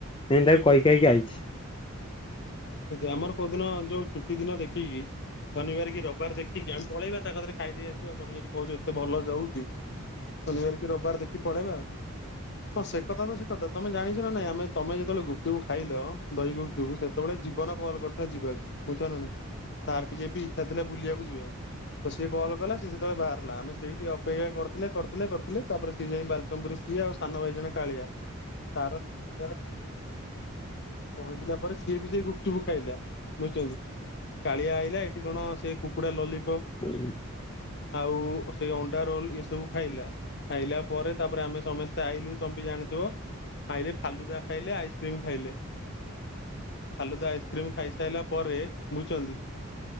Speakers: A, on the left; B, on the left.
A: ହେନ୍ଦି ତାକୁ କହି କାହିକି ଆଇଛି।
B: ଆମର କୋଉଦିନ ଯୋଉ ଛୁଟି ଦିନ ଦେଖିକି। ଶନିବାର କି ରବିବାର ଦେଖିକି ଆମେ ପଳେଇବା ତା କଥରେ ଖାଇଦେଇ ଆସିବା ଆଉ ତମେ ଯଦି କହୁଛ ଏତେ ଭଲ ସେ ହଉଛି। ଶନିବାର କି ରବିବାର ଦେଖି ପଳେଇବା ଆଉ। ହଁ ସେ କଥା ତ ସେ କଥା ତମେ ଜାଣିଛ ନା ନାଇଁ ଆମେ ତମେ ଯେତେବେଳେ ଗୁପଚୁପୁ ଖାଇଲ ଦହି ଗୁପଚୁପୁ ସେତେବେଳେ ଜୀବନ କଲ କରିଥିଲା ଯିବାକୁ ବୁଝିଛ ନା ନାଇଁ। ତାରବି ବି ଇଚ୍ଛା ଥିଲା ବୁଲିବାକୁ ଯିବାକୁ ତ ସିଏ କଲ୍ କଲା ସେତେବେଳେ ବାହାରିଲା ଆମେ ସେଇଠି ଅପେକ୍ଷା କରିଥିଲେ କରିଥିଲେ କରିଥିଲେ ତାପରେ ସିଏ ଯାଇ ବାଲଚମପୁରରେ ସିଏ ଆଉ ସାନ ଭାଇ ଜଣେ କାଳିଆ ତାର ତାର ପହଞ୍ଚିଲା ପରେ ସିଏ ବି ସେ ଗୁପଚୁପ ଖାଇଲା ବୁଝୁଛନ୍ତି କାଳିଆ ଆଇଲା ଏଠି କଣ ସେ କୁକୁଡ଼ା ଲଲି
A: ହଁ।
B: ଆଉ ସେଇ ଅଣ୍ଡା ରୋଲ ଏଇ ସବୁ ଖାଇଲା। ଖାଇଲା ପରେ ତାପରେ ଆମେ ସମସ୍ତେ ଆଇଲୁ ତମେ ବି ଜାଣିଥିବ। ଖାଇଲେ ଫାଲୁଦା ଖାଇଲେ ଆଇସ୍କ୍ରିମ ଖାଇଲେ।
A: <inaudible>
B: ଫାଲୁଦା ଆଇସ୍କ୍ରିମ ଖାଇସାରିଲା ପରେ ବୁଝଛନ୍ତି